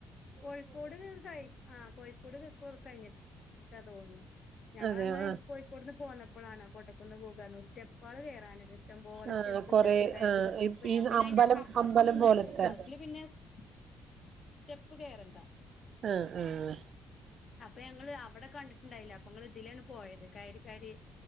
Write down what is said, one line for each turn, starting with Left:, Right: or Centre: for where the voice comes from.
Left: കോഴിക്കോട് കൈ ആഹ് കോഴിക്കോട് <unintelligible> കഴിഞ്ഞിട്ടാ തോൺണ് ഞങ്ങളങ്ങനെ
Right: അതെ ആ
Left: പോയി കോട്ന്ന് പോന്നപ്പളാണ് കോട്ടക്കുന്ന് പോകാറഞ്ഞു സ്റ്റെപ്പാള് കേറാനിതിഷ് ഇഷ്ടംപോലെ
Right: ആ
Left: സ്റ്റെപ്പ്
Right: കൊറെ
Left: സ്റ്റെപ്പ് ക
Right: ആ ഈ
Left: പിന്നെ
Right: അമ്പലം
Left: അയിന്റെ അപ്പറത്തൊന്നുണ്ട്
Right: അമ്പലം പോലത്തെ
Left: അതില് പിന്നെ സ്റ്റെപ്പ് കയറണ്ട
Right: ആഹ് ആഹ്
Left: അപ്പൊ ഞങ്ങള് അവിടെ കണ്ടിട്ടുണ്ടായില്ല അപ്പൊങ്ങൾ ഇതിലാണ് പോയത് കയരി കയരി